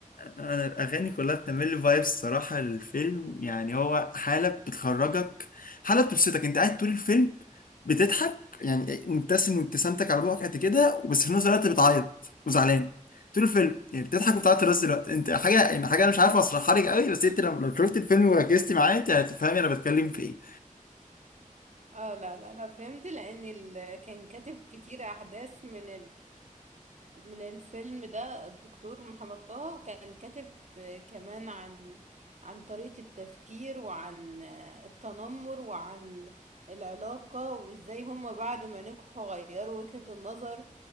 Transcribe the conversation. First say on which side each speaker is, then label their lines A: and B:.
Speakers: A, on the left; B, on the right.
A: انا الاغاني كلها بتعمل لي فايبس الصراحه الفيلم يعني هو حاله بتخرجك حاله بتبسطك انت قاعد طول الفيلم بتضحك يعني مبتسم وابتسامتك على بوقك قد كده بس في نفس الوقت بتعيط وزعلان طول الفيلم يعني بتضحك وبتعيط في نفس الوقت انت حاجه يعني حاجه انا مش عارف اشرحها لك قوي بس انت لو لو شفت الفيلم وركزت معاه انت هتفهمي انا بتكلم في ايه
B: اه لا لا لا فهمت لأن ال... كان كاتب كتير أحداث من من الفيلم ده الدكتور محمد طه كان كاتب آه، كمان عن عن طريقة التفكير وعن آه، التنمر وعن العلاقة وازاي هما بعد ما نجحوا غيروا وجهة النظر